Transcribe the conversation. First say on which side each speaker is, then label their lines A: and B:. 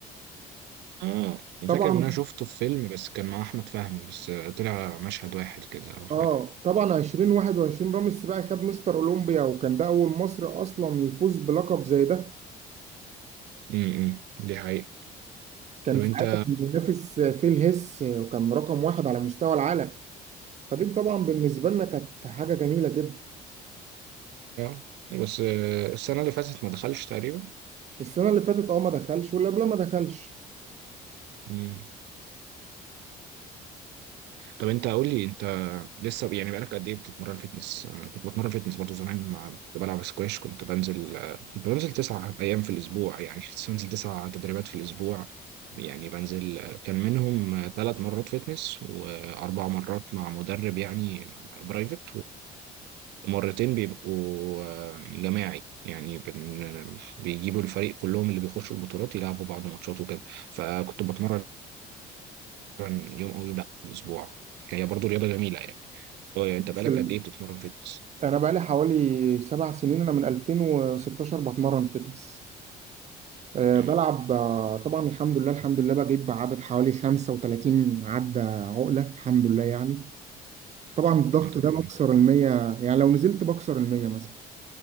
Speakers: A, on the right (about 85°); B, on the right (about 40°).
A: اه انا
B: طبعا
A: فاكر ان انا شفته في فيلم بس كان مع احمد فهمي بس آه، طلع مشهد واحد كده او حاجه
B: اه طبعا 2021 رامي السباعي خد مستر اولمبيا وكان ده اول مصري اصلا يفوز بلقب زي ده
A: م- م. دي حقيقة
B: كان
A: طب
B: ساعتها
A: انت
B: كان بينافس فيه الهس وكان رقم واحد على مستوى العالم فدي طبعا بالنسبة لنا كانت حاجة جميلة جدا.
A: اه بس آه، السنة اللي فاتت ما دخلش تقريبا
B: السنة اللي فاتت اه ما دخلش واللي قبلها ما دخلش
A: مم. طب انت قول لي انت لسه يعني بقالك قد ايه بتتمرن فيتنس؟ انا كنت بتمرن فيتنس برضه زمان مع كنت بلعب سكواش كنت بنزل آه، كنت بنزل تسع ايام في الاسبوع يعني كنت بنزل تسع تدريبات في الاسبوع يعني بنزل آه، كان منهم ثلاث مرات فيتنس واربع مرات مع مدرب يعني برايفت ومرتين بيبقوا آه، جماعي يعني بن- بيجيبوا الفريق كلهم اللي بيخشوا البطولات يلعبوا بعض ماتشات وكده فكنت بتمرن يوم او يوم لا في الاسبوع هي برضو رياضه جميله يعني هو يعني
B: بص،
A: انت بقالك
B: ال-
A: قد ايه بتتمرن فيتنس؟
B: انا بقالي حوالي سبع سنين انا من 2016 بتمرن فتنس أه
A: امم
B: بلعب آه، طبعا الحمد لله الحمد لله بجيب عدد حوالي 35 عدة عقلة الحمد لله يعني طبعا الضغط
A: انت
B: ده
A: رياضي.
B: بكسر المية يعني لو نزلت بكسر المية مثلا